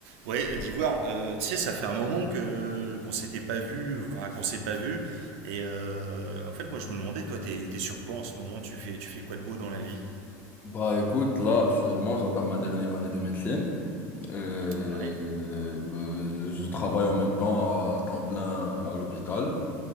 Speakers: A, on the right (about 80°); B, on the left (about 25°).
A: Ouais, d'Ivoire, euh, tu sais, ça fait un moment que qu'on s'était pas vu, qu'on qu'on s'est pas vu. Et euh, en fait, moi, je me demandais, toi, t'es t'es sur quoi en ce moment? Tu fais tu fais quoi de beau dans la vie?
B: Bah écoute, là actuellement j'entame ma dernière année de médecine. Euh,
A: Ouais,
B: euh, bah, je travaille en même temps à temps plein à l'hôpital.